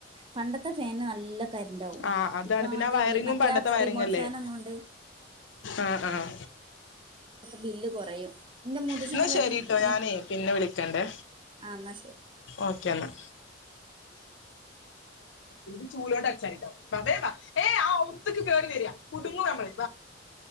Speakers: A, on the right; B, on the left.
A: പണ്ടത്തെ ഫാന് നല്ല ഇണ്ടാവും
B: ആഹ് അതാണ്
A: ഇപ്പൊ
B: പിന്നെ
A: മറ്റേ
B: ആ വയറിങ്ങും
A: മറ്റേ
B: പണ്ടത്തെ വയറിങ്ങല്ലേ
A: റിമോട്ട് ഫാൻ ഒന്നുംണ്ട്
B: ആഹ് ആഹ്
A: ബില്ല് കുറയും എഹ് മുത്തച്ചന്റെ
B: എന്നാ ശരിട്ടോ
A: പെൻ
B: പിന്നെ വിളിക്കണ്ടേ
A: എന്നാ
B: ഓക്കേ എന്നാ ഇത് ചൂലോണ്ട് അടിച്ചുവാരിട്ടൊ ബാ ഏ ആ ത്തക്ക് കേയറി വരിയാ കുടുങ്ങു നമ്മള